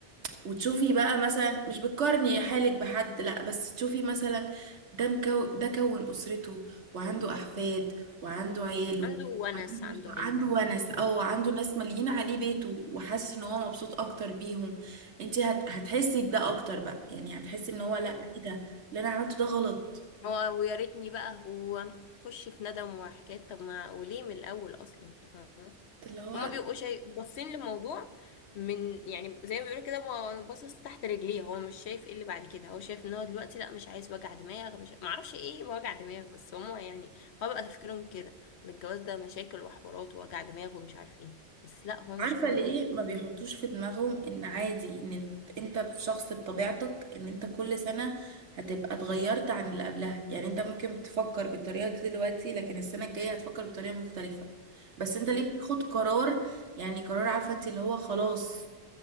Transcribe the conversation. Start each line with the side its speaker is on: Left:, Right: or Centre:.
Right: وتشوفي بقى مثلا مش بتقارني حالك بحد لا بس تشوفي مثلا ده مكو ده كون أسرته وعنده
Left: مم.
Right: أحفاد وعنده عياله
Left: عنده ونس
Right: وعنده
Left: عنده
Right: عنده
Left: عيلة
Right: ونس او عنده ناس مالين عليه بيته وحاسس ان هو مبسوط اكتر بيهم انت هت... هتحسي بده اكتر بقى يعني هتحسي ان هو لا
Left: ايوه
Right: ايه ده اللي انا عملته ده غلط
Left: هو ويا ريتني بقى وهنخش في ندم وحكايات طب ما وليه من الاول اصلا فاهمة؟
Right: اللي هو
Left: هما بيبقوا شايف باصين للموضوع من يعني زي ما بيقولوا كده هو باصص تحت رجليه هو مش شايف ايه اللي بعد كده هو شايف ان هو دلوقتي لا مش عايز وجع دماغ مش معرفش ايه وجع دماغ بس هما يعني هو بقى تفكيرهم كده ان الجواز ده مشاكل وحوارات ووجع دماغ ومش عارف ايه بس لا هو مش
Right: عارفة
Left: كده
Right: ليه
Left: خالص
Right: ما بيحطوش في دماغهم ان عادي ان انت شخص بطبيعتك ان انت كل سنة هتبقى اتغيرت عن اللي قبلها يعني انت ممكن تفكر بالطريقة دي دلوقتي لكن السنة الجاية هتفكر بطريقة مختلفة بس انت ليه
Left: ايوه
Right: بتاخد قرار يعني قرار عارفة انت اللي هو خلاص